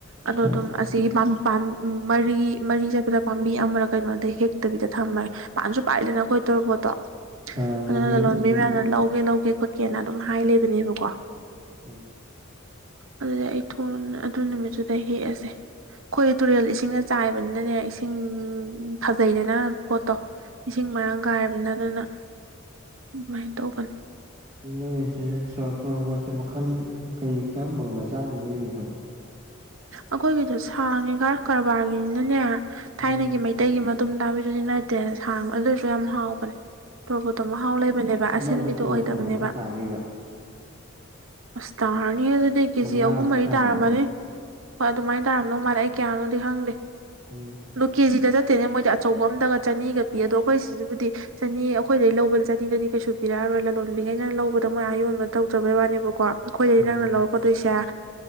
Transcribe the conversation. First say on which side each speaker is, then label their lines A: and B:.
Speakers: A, on the right; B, on the right.
A: ꯑꯗꯣ
B: ꯍꯣꯏ
A: ꯑꯗꯨꯝ ꯑꯁꯤꯒꯤ ꯃꯔꯤ ꯃꯔꯤ ꯆꯠꯄꯗ ꯄꯥꯝꯕꯤ ꯑꯃꯔ ꯀꯩꯅꯣꯗ ꯍꯦꯛꯇꯕꯤꯗ ꯊꯝꯃꯦ ꯄꯥꯟꯁꯨ ꯄꯥꯜꯂꯤꯗꯅ ꯈꯣꯏ ꯇꯣꯔꯣꯕꯣꯠꯇꯣ
B: ꯍꯥꯟꯅ
A: ꯑꯗꯨꯅ
B: ꯅꯣꯏ
A: ꯂꯂꯣꯟ ꯃꯌꯥꯝꯅ ꯂꯧꯒꯦ ꯂꯧꯒꯦ ꯈꯣꯠꯀꯦꯅ ꯑꯗꯨꯝ ꯍꯥꯏ ꯂꯩꯕꯅꯦꯕꯀꯣ
B: ꯎꯝ
A: ꯑꯗꯨꯗ ꯑꯩ ꯊꯣꯡ ꯂꯣꯟꯅ ꯑꯗꯨꯏ ꯅꯨꯃꯤꯠꯇꯨꯗ ꯍꯦꯛꯑꯁꯦ ꯑꯩꯈꯣꯏ ꯇꯨꯔꯦꯜ ꯏꯁꯤꯡꯅ ꯆꯥꯏꯕꯅꯤꯅꯅꯦ ꯏꯁꯤꯡ ꯐꯖꯩꯗꯅ ꯄꯣꯠꯇꯣ ꯏꯁꯤꯡ
B: ꯍꯣꯏ
A: ꯃꯔꯥꯡ ꯀꯥꯏꯔꯕꯅꯤꯅ ꯑꯗꯨꯅ ꯑꯗꯨꯃꯥꯏꯅ ꯇꯧꯕꯅꯤ
B: ꯑꯗꯨ ꯅꯣꯏꯔꯤꯁꯦ ꯁꯣꯔ ꯊꯣꯔ ꯄꯣꯠꯁꯨ ꯃꯈꯜ ꯀꯩ ꯀꯔꯝꯕ ꯃꯆꯥꯗꯣ ꯅꯣꯏꯔꯣꯏꯗꯔꯣ
A: ꯑꯩꯈꯣꯏꯒꯤꯗꯣ ꯁꯥꯡꯉꯤ ꯈꯔ ꯀꯔꯕꯥꯔꯒꯤꯅꯤꯅꯅꯦ
B: ꯎꯝ
A: ꯊꯥꯏꯅꯒꯤ ꯃꯩ ꯇꯩꯒꯤ ꯃꯇꯨꯝ ꯇꯥꯕꯤꯗꯨꯗꯤ ꯅꯠꯇꯦ ꯁꯥꯡꯕ ꯑꯗꯨꯏꯁꯨ ꯌꯥꯝ ꯍꯥꯎꯕꯅꯦ ꯇꯣꯔꯕꯣꯠꯇꯣ ꯃꯍꯥꯎ ꯂꯩꯕꯅꯦꯕ
B: ꯑꯃꯗ
A: ꯑꯁꯤꯟꯕꯤꯗꯣ
B: ꯀꯤꯂꯣ
A: ꯑꯣꯏꯗꯕꯅꯦꯕ
B: ꯀꯌꯥꯃꯨꯛꯀ ꯇꯥꯒꯦꯕ
A: ꯑꯁ ꯇꯥꯔꯅꯤ ꯑꯗꯨꯗꯤ ꯀꯦꯖꯤ
B: ꯃꯉꯥꯃꯨꯛ
A: ꯑꯍꯨꯝ ꯃꯔꯤ
B: ꯇꯥꯕ꯭ꯔꯥ
A: ꯇꯥꯔꯝꯃꯅꯤ ꯍꯣꯏ ꯑꯗꯨꯃꯥꯏ ꯇꯧꯔꯝꯗꯧ ꯃꯥꯜꯂꯦ ꯑꯩ ꯀꯌꯥꯅꯣꯗꯤ ꯈꯪꯗꯦ
B: ꯎꯝ
A: ꯂꯣ ꯀꯦꯖꯤꯗ ꯆꯠꯇꯣꯏꯅꯦ ꯃꯣꯏꯗꯤ ꯑꯆꯧꯕ ꯑꯝꯗꯒ ꯆꯅꯤꯒ ꯄꯤ ꯑꯗꯣ ꯑꯩꯈꯣꯏ ꯁꯤꯖꯕꯨꯗꯤ ꯆꯅꯤ ꯑꯩꯈꯣꯏꯗꯩ ꯂꯧꯕꯅ ꯆꯅꯤꯗꯗꯤ ꯀꯩꯁꯨꯃꯇꯨꯡ ꯄꯤꯔꯛꯑꯔꯣꯏ ꯂꯥꯂꯣꯟꯕꯤꯈꯩꯅ ꯂꯧꯕꯗꯣ ꯃꯥ ꯑꯥ ꯌꯣꯟꯕ ꯇꯧꯗ꯭ꯔꯕꯩ ꯋꯥꯅꯦꯕ ꯀꯣ ꯑꯩꯈꯣꯏꯗꯒꯤ
B: ꯎꯝ
A: ꯅꯪꯅ ꯂꯧꯔꯛ ꯄꯗꯣꯏꯁꯦ